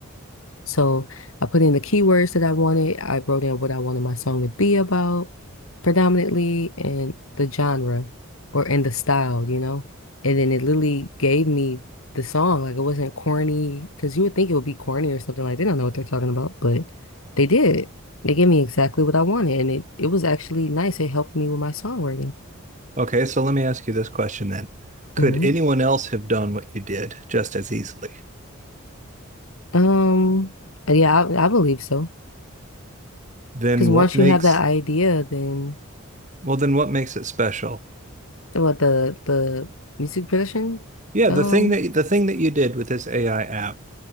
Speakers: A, on the left (about 75°); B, on the right (about 35°).
A: So I put in the keywords that I wanted. I wrote in what I wanted my song to be about predominantly and the genre or in the style, you know? And then it literally gave me the song. Like it wasn't corny because you would think it would be corny or something like they don't know what they're talking about, but they did. They gave me exactly what I wanted and it, it was actually nice. It helped me with my songwriting.
B: Okay, so let me ask you this question then. Could
A: hmm
B: anyone else have done what you did just as easily?
A: Um, yeah, I, I believe so.
B: Then
A: Because once
B: what makes
A: you have that idea, then
B: well then what makes it special?
A: what the the music production,
B: Yeah,
A: um,
B: the thing that the thing that you did with this AI app.